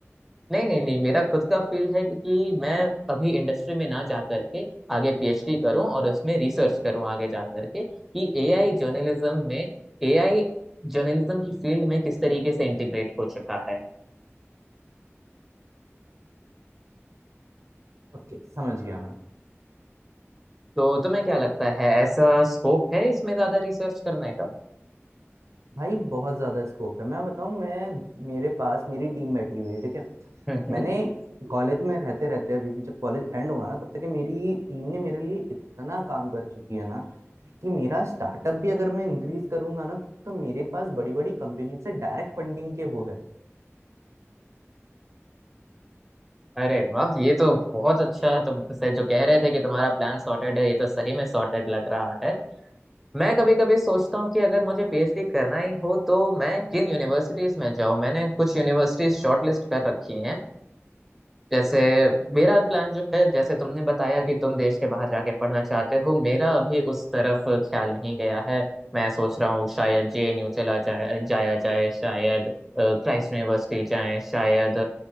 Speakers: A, in the centre; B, on the right.
A: नहीं नहीं नहीं मेरा खुद का फील्ड है कि कि मैं अभी इंडस्ट्री में ना जा करके आगे पीएचडी करूं और उसमें रिसर्च करूं आगे जा करके कि एआई जर्नलिज्म में एआई जर्नलिज्म की फील्ड में किस तरीके से इंटीग्रेट हो चुका है
B: ओके समझ गया मैं
A: तो तुम्हें क्या लगता है ऐसा स्कोप है इसमें ज्यादा रिसर्च करने का
B: भाई बहुत ज्यादा स्कोप है मैं बताऊं मैं मेरे पास मेरी टीम बैठी हुई है ठीक है
A: हम्म हम्म
B: मैंने कॉलेज में रहते रहते अभी भी जब कॉलेज एंड होगा ना तब तक मेरी टीम ने मेरे लिए इतना काम कर चुकी है ना कि मेरा स्टार्टअप भी अगर मैं इंक्रीज करूंगा ना तो मेरे पास बड़ी बड़ी कंपनियों से डायरेक्ट फंडिंग के वो है
A: अरे वाह ये तो बहुत अच्छा है तुम से जो कह रहे थे कि तुम्हारा प्लान सॉर्टेड है ये तो सही में सॉर्टेड लग रहा है मैं कभी कभी सोचता हूँ कि अगर मुझे पीएचडी करना ही हो तो मैं किन यूनिवर्सिटीज में जाऊँ मैंने कुछ यूनिवर्सिटीज शॉर्टलिस्ट कर रखी हैं जैसे मेरा प्लान जो है जैसे तुमने बताया कि तुम देश के बाहर जाके पढ़ना चाहते हो मेरा अभी उस तरफ ख्याल नहीं गया है मैं सोच रहा हूँ शायद जेएनयू चला जाए जाया जाए शायद क्राइस्ट यूनिवर्सिटी जाए शायद